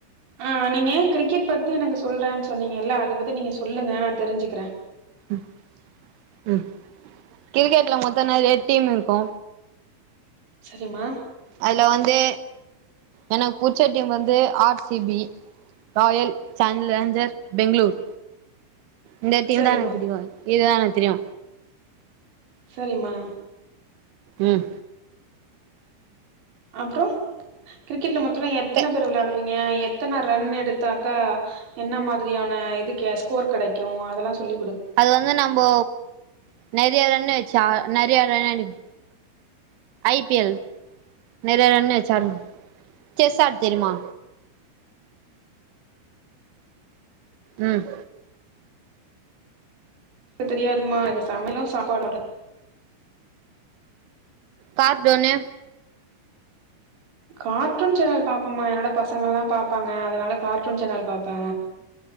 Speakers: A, on the right; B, on the right.
A: ஆ நீங்க கிரிக்கெட் பத்தி எனக்கு சொல்றேன் சொன்னீங்கல்ல அத பத்தி நீங்க சொல்லுங்க நா தெரிஞ்சிக்கிறே
B: ம் கிரிக்கெட்ல மொத்தோ நெறைய டீம் இருக்கு
A: செரிம்மா
B: அதுல வந்து எனக் புச்ச டீம் வந்து R C B Royal challenger Bangalore இந்த டீம்
A: சரிம்மா
B: தா எனக் பிடிக்கு இதுதா எனக் தெரியு
A: செரிமா
B: உம்
A: அப்பறோ கிரிக்கெட்ல மொத்தலா எத்தன
B: கே
A: பேர் வெளயாடுவீங்க எத் எத்தன ரன் எடுத்தாக்கா என்ன மாதிரியான இதுக் கெ ஸ்கோர் கெடைக்கு அதெல்லா சொல்லி
B: அது வந்து நம்போ நெறைய ரன் வெச்சா நெறைய ரன் அடிப் ஐ பி எல் நெறைய ரன் வெச் ஆடு செஸ் ஆட் தெரிமா உம்
A: இப்போ தெரியாதும்மா இது சமையலு சாப்பாடோட
B: கார்ட்டோனு
A: கார்ட்டூன் சேனல் பாப்போம்மா என்னோட பசங்கெல்லா பாப்பாங்க அதனால கார்ட்டூன் சேனல் பாப்பே